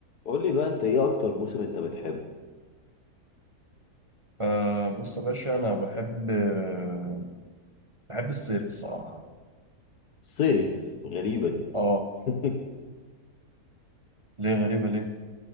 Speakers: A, on the left (about 80°); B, on the right (about 25°).
A: قول لي بقى انت ايه اكتر موسم انت بتحبه
B: آه بص يا باشا أنا بحب آه بحب الصيف الصراحة
A: صيف غريبة دي
B: أه
A: <laughs>
B: ليه غريبة ليه؟